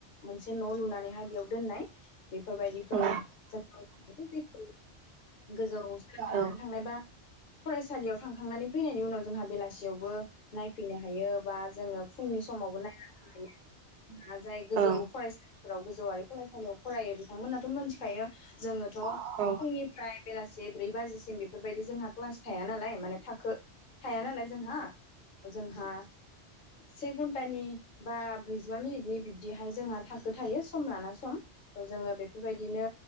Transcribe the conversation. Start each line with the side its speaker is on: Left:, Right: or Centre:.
Left: मोनसे न लुनानैहाय बेयाव दोननाय बेफोरबायदिखौ
Right: औ
Left: जोंखौ जेखौ गोजौ सोलोंथाइनानै
Right: औ
Left: थांनायबा फरायसालियाव थांखांनानै फैनायनि उनाव जोंहा बेलासियावबो नायफैनो हायो। बास जोङो फुंनि समावबो नायनांगायो जाय गोजौ
Right: औ
Left: फरायसालिफोराव गोजौवारि फरायसालियाव फरायो बिथांमोनाथ मोनथिखायो। जोङोथ फुंनिफ्राय
Right: औ
Left: जा बेलासे ब्रै बाजिसिम बेफोरबादि जोंहा क्लास थाया नालाय माने थाखो थाया नालाय जोंहा जोंहा से घन्टानि बा ब्रैजिबा मिनिटनि बिबदिहाय जोंहा थाखो थायो सम लाना सम ओ जोङो बेफोरबादि बिदिनो